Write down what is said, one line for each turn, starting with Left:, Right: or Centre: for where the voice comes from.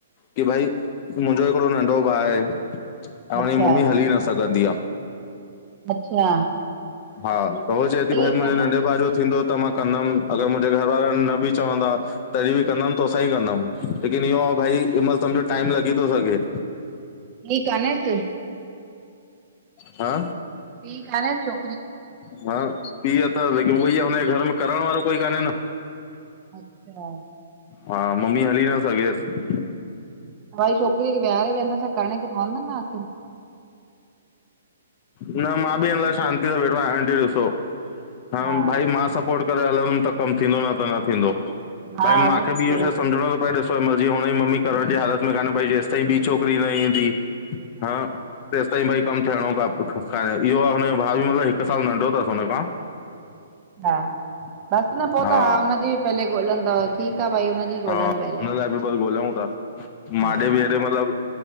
Left: की भई मुंहिंजो हिकिड़ो नंढो भाउ आहे ऐं उनजी
Right: अच्छा
Left: मम्मी हली न सघंदी आ।
Right: अच्छा।
Left: हा, त हुअ चए
Right: पी
Left: थी भई मुंहिंजे
Right: कोनस
Left: नंढे भाउ जो थींदो त मां कंदमि। अगरि मुंहिंजे घर वारनि न बि चवंदा तॾीं बि कंदमि तोसां ई कंदमि। लेकिन इहो आ भई, हिन महिल समुझो टाइम लॻी थो सघे।
Right: ठीक आ न हित
Left: हा?
Right: पी कानेस छो?
Left: हा, पी अथस लेकिन उह ई आ हुनजे घर में करण वारो कोई कान्हे न।
Right: अच्छा।
Left: हा, मम्मी हली न सघेसि।
Right: भई छोकिरीअ खे विहारे विहंदा छा करणी त पवंद न आखिर? छोकिरो
Left: न मां
Right: केतिरो
Left: बि हिन लाइ
Right: नंढो
Left: शांतीअ सां वेठो आहियां, आंटी ॾिसो, हं
Right: हा
Left: भाई मां सपोर्ट करे हलंदुम त कम थींदो न त न थींदो।
Right: हा
Left: भाई माखे
Right: उहो त
Left: बि इहो
Right: सही
Left: छा समझणो तो प‌ए ॾिस मर्जी हुन जी मम्मी करण जी हालत में कान भई जेसि ताईं ॿी छोकिरी न ईंदी, हा तेसि ताईं भाई कमु थियणो क इहो आहे हुनजो भाउ बि मतलबु हिकु साल नंढो अथसि हुनखां।
Right: हा। बसि न पोइ
Left: हा
Right: त आ हुनजी पहले ॻोल्हनि त ठीकु आहे भई हुनजी
Left: हा
Right: ॻोल्हनिे
Left: हुन
Right: पहले
Left: लाइ बि बसि ॻोल्हऊं था माॾे
Right: हा
Left: बि
Right: हा
Left: हेॾे मतलबु